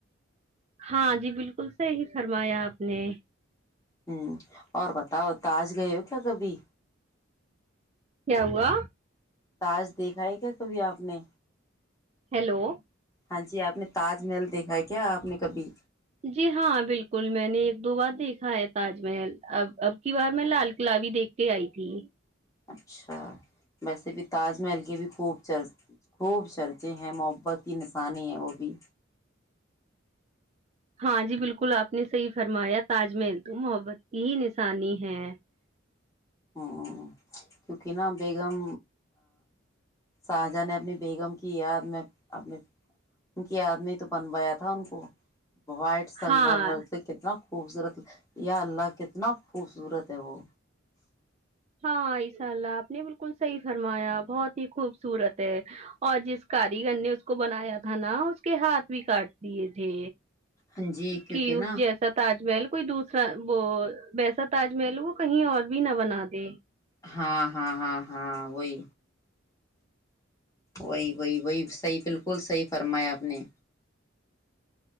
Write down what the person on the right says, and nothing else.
ہاں جی بالکل صحیح فرمایا آپ نے
کیا ہوا
ہیلو
جی ہاں بالکل میں نے ایک دو بار دیکھا ہے تاج محل اب اب کی بار میں لال قلع بھیی دیکھ کے آئی تھی
ہاں جی بالکل آپ نے صحیح فرمایا تاج محل تو محبت کی ہی نشانی ہے
ہاں
ہاں عشاء اللہ آپ نے بالکل صحیح فرمایا بہت ہی خوبصورت ہے اور جس کاریگر نے اس کو بنایا تھا نا اس کے ہاتھ بھی کاٹ دیے تھے
کہ اس
جیسا تاج محل کوئی دوسرا وہ ویسا تاج محل وہ کہیں اور بھی نہ بناا جی